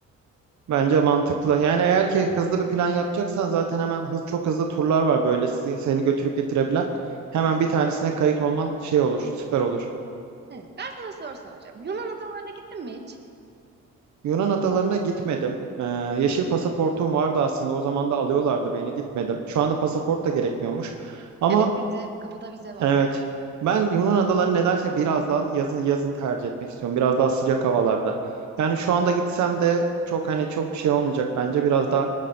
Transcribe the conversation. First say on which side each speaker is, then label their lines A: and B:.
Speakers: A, on the right; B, on the right.
A: Bence mantıklı. Yani eğer ki hızlı bir plan yapacaksan zaten hemen hız, çok hızlı turlar var böyle sizi, seni götürüp getirebilen. Hemen bir tanesine kayıt olman şey olur, süper olur.
B: He, ben sana soru soracağım. Yunan adalarına gittin mi hiç?
A: Yunan adalarına gitmedim. Ee, yeşil pasaportum vardı aslında. O zaman da alıyorlardı beni. Gitmedim. Şu anda pasaport da gerekmiyormuş. Ama
B: Evet vize, kapıda vize var.
A: evet. Ben Yunan adalarını nedense biraz daha yazın yazın tercih etmek istiyorum. Biraz daha sıcak havalarda. Yani şu anda gitsem de çok hani çok şey olmayacak bence. Biraz daha